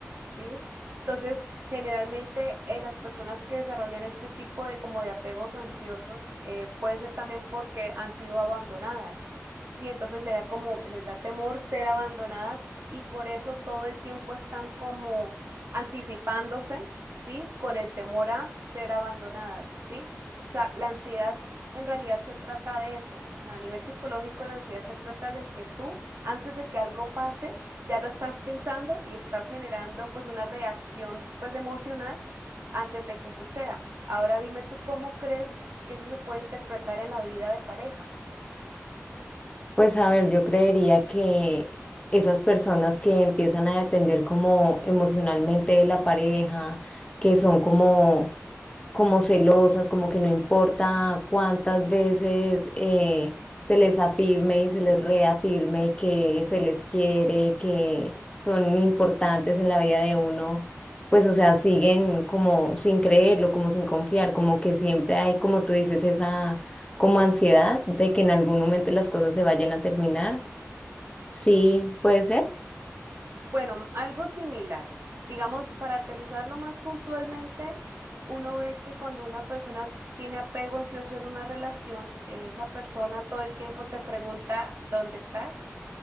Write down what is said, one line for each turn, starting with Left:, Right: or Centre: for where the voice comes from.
Right: ¿sí? Entonces, generalmente eh, las personas que desarrollan este tipo de como de apegos ansiosos eh, puede ser también porque han sido abandonadas, ¿sí? Entonces le da como, les da temor ser abandonadas y por eso todo el tiempo están como anticipándose, ¿sí? Con el temor a ser abandonadas, ¿sí? O sea, la ansiedad en realidad se trata de eso. A nivel psicológico, la ansiedad se trata de que tú, antes de que algo pase, ya lo estás pensando y estás generando pues una reacción pues emocional antes de que suceda. Ahora dime tú cómo crees que eso se puede interpretar en la vida de pareja.
Left: Pues a ver, yo creería que esas personas que empiezan a depender como emocionalmente de la pareja, que son como como celosas, como que no importa cuántas veces eh, se les afirme y se les reafirme que se les quiere, que son importantes en la vida de uno, pues o sea, siguen como sin creerlo, como sin confiar, como que siempre hay, como tú dices, esa como ansiedad de que en algún momento las cosas se vayan a terminar. Sí, puede ser.
Right: Bueno, algo similar. Digamos, para aterrizarlo más puntualmente, uno ve que cuando una persona tiene apego ansioso en una relación, eh, esa persona todo el tiempo te pregunta, ¿dónde estás?